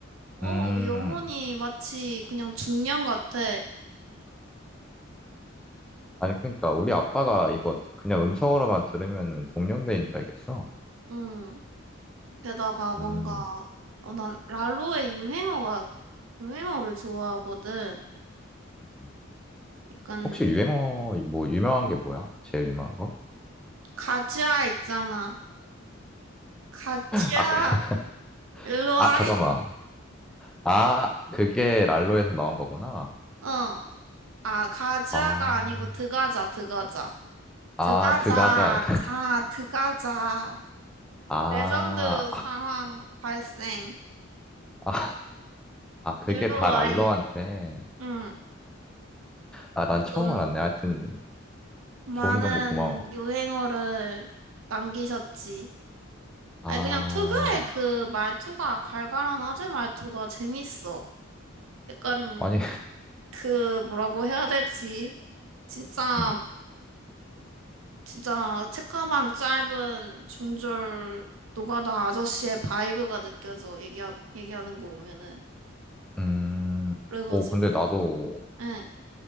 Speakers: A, on the right; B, in the centre.
A: 어,
B: 음,
A: 영혼이 마치 그냥 중년 같아.
B: 아니, 그러니까 우리 아빠가 이거 그냥 음성으로만 들으면은 동년배인 줄 알겠어.
A: 응. 게다가 뭔가
B: 음.
A: 어, 난 랄로의 유행어가 유행어를 좋아하거든.
B: 음.
A: 약간
B: 혹시 유행어 뭐 유명한 게 뭐야? 제일 유명한 거?
A: 가즈아 있잖아. 가즈아
B: 아, 그, <laughs>
A: 일로
B: 아
A: 와이?
B: 잠깐만. 아 그게 랄로에서 나온 거구나.
A: 어. 아, 가자가
B: 아,
A: 아니고 드가자, 드가자.
B: 아
A: 드가자,
B: 드가자.
A: 자, 드가자.
B: 아,
A: 레전드 상황 발생.
B: 아, 아 그게
A: 일로
B: 다
A: 와이.
B: 랄로한테.
A: 응.
B: 아 난 처음
A: 좀
B: 알았네. 하여튼
A: 많은
B: 좋은 정보 고마워.
A: 유행어를 남기셨지.
B: 아
A: 아니, 그냥 특유의 그 말투가, 갈갈한 아재 말투가 재밌어. 약간,
B: 아니
A: 그, 뭐라고 해야 되지? 진짜
B: 음,
A: 진짜 책가방 짧은 중졸 노가다 아저씨의 바이브가 느껴져 얘기하, 얘기하는 거 보면은
B: 음.
A: 그래가지고
B: 오 근데 나도
A: 응,